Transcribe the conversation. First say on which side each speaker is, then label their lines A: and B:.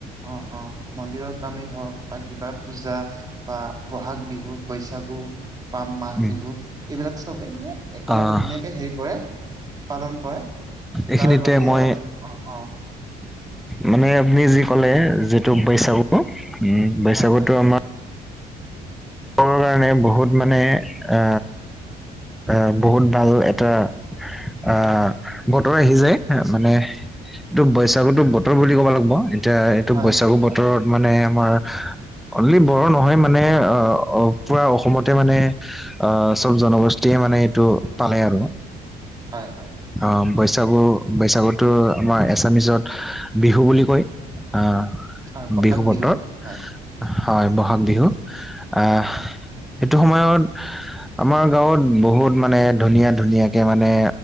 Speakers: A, on the right (about 20°); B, in the centre.
A: অ', অ' মন্দিৰৰ কামেই হওক বা কিবা পূজা বা বহাগ বিহু বৈশাগু। পাম মাঘ
B: উম
A: বিহু এইবিলাক চবে মানে একেলগে
B: আহ
A: ধুনীয়াকে হেৰি কৰে পালন কৰে।
B: এইখিনিতে
A: তাৰ বাহিৰেও
B: মই
A: অ অ
B: মানে আপুনি যি কলে যিটো বৈচাগু। উম, বৈশাগুটো
A: হয় হয়
B: আমাৰ কাৰণে বহুত মানে এ আহ বহুত ভাল এটা আহ বতৰ আহি যায় মানে এইটো বৈশাাগতো বতৰ বুলি ক'ব লাগিব। এতিয়া এইটো
A: হয়
B: বৈশাাগু
A: হয়
B: বতৰত
A: হয়
B: মানে আমাৰ অনলি বড়ো নহয় মানে অ' অ', পুৰা অসমতে মানে আহ চব জনগোষ্ঠীয়ে মানে এইটো পালে আৰু।
A: হয় হয়
B: অ', বৈশাগু। বৈশাগুতো আমাৰ এছামিচত বিহু বুলি কয় আহ।
A: হয় বহাগ
B: বিহু বতৰ
A: হয়
B: হয় বহাগ বিহু আহ। সেইটো সময়ত আমাৰ গাঁৱত বহুত মানে ধুনীয়া ধুনীয়াকে মানে